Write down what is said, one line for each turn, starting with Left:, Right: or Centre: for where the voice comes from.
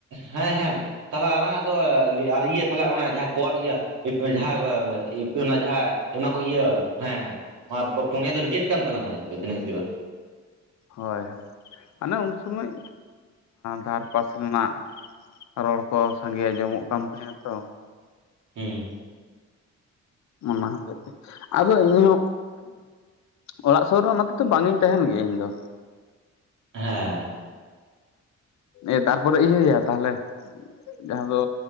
Right: ᱦᱮᱸ ᱦᱮᱸ ᱛᱟᱦᱚᱞᱮ ᱟᱞᱟᱝᱟᱜ ᱫᱚ ᱤᱭᱟᱹ ᱛᱟᱦᱚᱞᱮ ᱚᱱᱟ ᱡᱟᱦᱟᱸ ᱠᱚᱨ ᱤᱭᱟᱹ, <unintelligible> ᱡᱟᱦᱟᱸ ᱡᱟᱦᱟᱸ ᱚᱱᱟ ᱠᱚ ᱤᱭᱟᱹ ᱦᱮᱸ ᱦᱮᱸ᱾ ᱯᱩᱱᱭᱟ ᱫᱚ ᱨᱤᱡᱮᱠᱴ ᱠᱟᱱ ᱛᱟᱞᱟᱝᱼᱟ ᱪᱚ ᱛᱤᱱᱟᱹᱜ ᱪᱚ,
Left: ᱦᱳᱭ ᱦᱳᱭ ᱚᱱᱮ ᱩᱱᱥᱚᱢᱚᱭ ᱫᱷᱟᱨᱯᱟᱥ ᱨᱮᱱᱟᱜ, ᱨᱚᱲᱠᱚ ᱥᱟᱸᱜᱮ ᱟᱸᱡᱚᱢᱚᱜ ᱠᱟᱱ ᱛᱟᱦᱮᱸ ᱛᱚ᱾
Right: ᱦᱮᱸ᱾
Left: ᱚᱱᱟ ᱦᱚᱛᱮᱜ ᱛᱮ ᱟᱫᱚ ᱤᱧᱦᱚᱸ ᱚᱲᱟᱜ ᱥᱩᱨ ᱨᱮ ᱚᱱᱟ ᱛᱮᱫᱚ ᱵᱟᱝ ᱤᱧ ᱛᱟᱦᱮᱱ ᱜᱮᱭᱟ ᱤᱧ ᱫᱚ᱾
Right: ᱦᱮᱸ,
Left: ᱮ ᱛᱟᱨᱯᱚᱨᱮ ᱤᱭᱟᱹᱭᱟ ᱛᱟᱦᱞᱮ, ᱡᱟᱦᱟᱸ ᱫᱚ